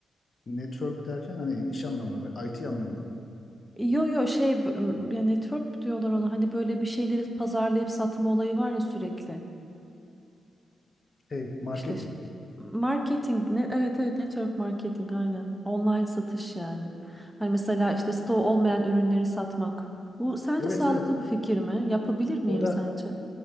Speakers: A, on the left; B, in the centre.
A: network derken hani iş anlamında, IT anlamında
B: Yo yo şey b- m, ya network mi diyorlar ona hani böyle bir şeyleri pazarlayıp satma olayı var ya sürekli.
A: şey marketing.
B: İşte ş- marketing ne evet evet network marketing aynen. Online satış yani. Hani mesela işte stoğu olmayan ürünleri satmak. Bu sence
A: Evet
B: sağlıklı
A: evet
B: bir fikir mi? Yapabilir miyim
A: o da
B: sence?